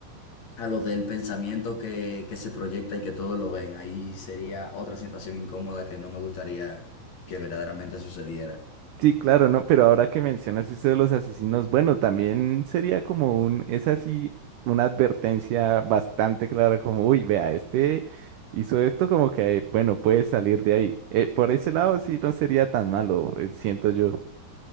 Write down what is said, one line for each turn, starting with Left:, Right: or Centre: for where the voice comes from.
Left: a lo del pensamiento que, que se proyecta y que todos lo ven. Ahí sería otra situación incómoda que no me gustaría que verdaderamente sucediera.
Right: Sí, claro, no, pero ahora que mencionas eso de los asesinos, bueno, también sería como un, es así, una advertencia bastante clara, como, uy, vea, este hizo esto como que, bueno, puede salir de ahí. Eh, por ese lado sí no sería tan malo, eh, siento yo.